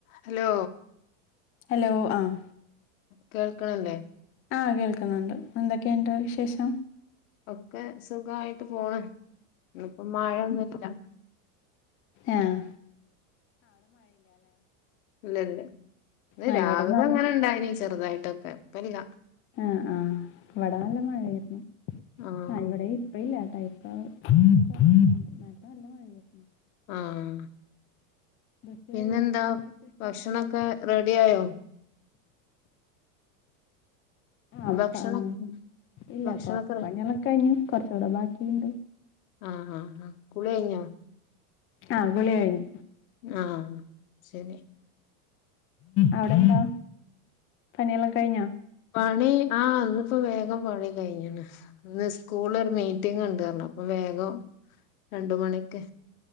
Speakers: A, on the left (about 70°); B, on the left (about 30°).
A: Hello
B: hello ആഹ്
A: കേൾക്കണില്ലേ
B: ആഹ്‌ കേൾക്കുന്നുണ്ട് എന്തൊക്കെയുണ്ട് വിശേഷം
A: ഒക്കെ സുഖമായിട്ട് പോണ് ഇന്നിപ്പോ മഴൊന്നും ഇല്ല
B: ഏഹ്
A: ഇല്ലല്ല ഇന്ന്
B: ആ
A: രാവിലെ
B: ഇവിടെ നല്ല
A: അങ്ങനെ ഇണ്ടായിനീ ചെറുതായിട്ടൊക്കെ <unintelligible>
B: ആഹ് ആഹ് ഇവട നല്ല മഴയായിരുന്നു
A: ആഹ്
B: ആ ഇവിടെ ഇപ്പ ഇല്ലട്ടാ ഇപ്പ <unintelligible> നേരത്തെ നല്ല മഴയായിരുന്നു
A: ആഹ്
B: ഡ്രസ്സ്
A: പിന്നെന്താ
B: കഴുകാന്നൊക്കെ വിചാരിച്ച്
A: ഭക്ഷണൊക്കെ
B: പുറത്ത് പോയപ്പോ
A: റെഡി ആയോ
B: ആഹ്
A: ഭക്ഷണം
B: ഇല്ല
A: ഭക്ഷണൊക്കെ
B: കൊറച്ച്
A: റെഡി
B: പണിളൊക്കെ കഴിഞ്ഞു കൊറച്ചൂടെ ബാക്കിയ്ണ്ട്
A: ആഹ് ആഹ് ആഹ് കുളി കഴിഞ്ഞോ
B: ആഹ് കുളി കഴിഞ്ഞു
A: ആഹ് ശെരി
B: അവടെന്താ പണിയെല്ലാം കഴിഞ്ഞോ?
A: പണി ആഹ് ഇന്നിപ്പോ വേഗം പണി കഴിഞ്ഞണ് ഇന്ന് സ്കൂളൊരു മീറ്റിങ് ഇണ്ട് പറഞ്ഞ് അപ്പോ വേഗോ രണ്ട് മണിക്ക്